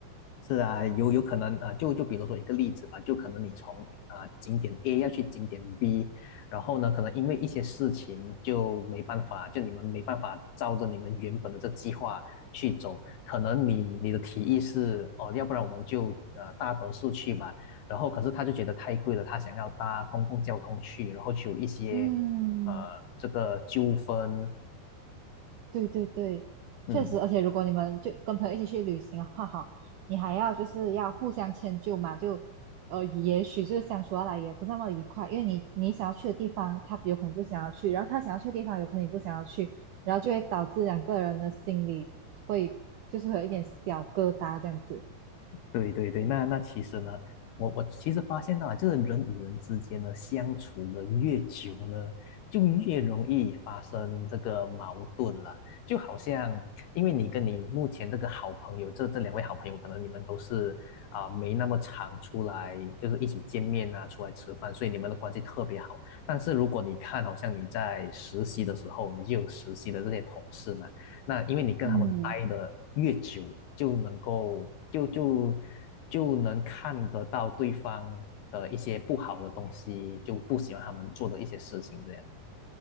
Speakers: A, on the left; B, on the right.
A: 是啊，有有可能啊、呃就就比如说一个例子吧，就可能你从啊、呃景点 A 要去景点 B，然后呢，可能因为一些事情就没办法，就你们没办法照着你们原本的这计划去走，可能你你的提议是哦，要不然我们就呃搭德士去吧，然后可是他就觉得太贵了，他想要搭公共交通去，然后就有一些
B: <laughs> 嗯，
A: 呃这个纠纷，
B: 对对对，
A: 嗯。
B: 确实，而且如果你们就跟朋友一起去旅行的话，哈，你还要就是要互相迁就嘛，就呃，也许就是相处下来也不是那么愉快，因为你你想要去的地方，他有可能不想要去，然后他想要去的地方，有可能你不想要去，然后就会导致两个人的心里会就是会有一点小疙瘩这样子，
A: 对对对，那那其实呢，我我其实发现到了，就是人与人之间呢相处的越久呢，就越容易发生这个矛盾了。就好像，因为你跟你目前这个好朋友，这这两位好朋友，可能你们都是啊、没那么常出来，就是一起见面啊，出来吃饭，所以你们的关系特别好。但是如果你看，好像你在实习的时候，你就有实习的这些同事嘛。那因为你跟他们待的越久，
B: 嗯。
A: 就能够就就就能看得到对方的一些不好的东西，就不喜欢他们做的一些事情，这样。